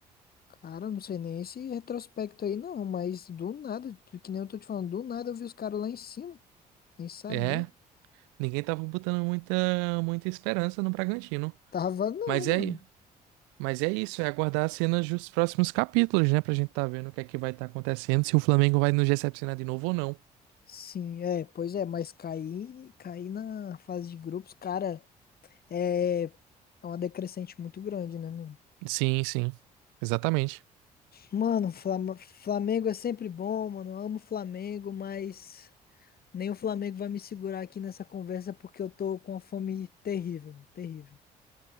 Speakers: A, on the left; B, on the right.
A: Cara, eu não sei nem esse retrospecto aí não, mas do nada, tu- que nem eu tô te falando, do nada eu vi os caras lá em cima, nem sabia.
B: É, ninguém tava botando muita, muita esperança no Bragantino.
A: Tava não,
B: Mas é,
A: mano.
B: mas é isso, é aguardar as cenas dos próximos capítulos, né? Pra gente tá vendo o que é que vai estar acontecendo, se o Flamengo vai nos decepcionar de novo ou não.
A: Sim, é, pois é, mas cair, cair na fase de grupos, cara, é, é uma decrescente muito grande, né, mano?
B: Sim, sim, exatamente.
A: Mano, Flam- Flamengo é sempre bom, mano. Eu amo o Flamengo, mas nem o Flamengo vai me segurar aqui nessa conversa porque eu tô com uma fome terrível, mano. Terrível.